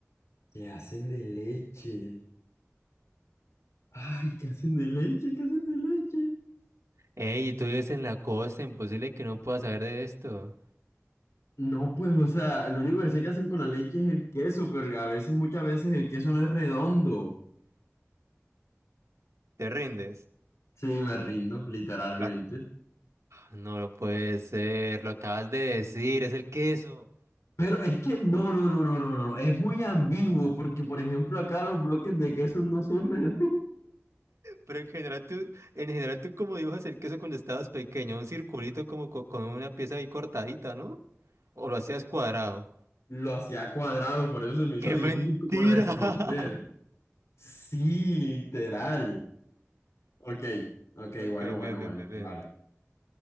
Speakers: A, on the left; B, on the right.
A: ¿Qué hacen de leche? Ay, ¿qué hacen de leche? ¿Qué hacen de leche?
B: Ey, tú vives en la costa, imposible que no puedas saber de esto.
A: No, pues, o sea, lo único que sé que hacen con la leche es el queso, pero a veces, muchas veces el queso no es redondo.
B: ¿Te rindes?
A: Sí, me rindo, literalmente.
B: Lo ac- No lo puede ser, lo acabas de decir, es el queso.
A: Pero es que no, no, no, no, no, no, es muy ambiguo porque, por ejemplo, acá los bloques de queso no son <laughs> redondos.
B: Pero en general tú, en general tú como dibujas el queso cuando estabas pequeño, un circulito como co- con una pieza ahí cortadita, ¿no? ¿O lo hacías cuadrado?
A: Lo hacía cuadrado, por eso se me hizo
B: ¡Qué
A: difícil
B: mentira!
A: como responder.
B: <laughs>
A: Sí, literal. Ok, ok,
B: Ok,
A: bueno,
B: bien,
A: bueno,
B: bien,
A: bueno,
B: bien, bien.
A: vale.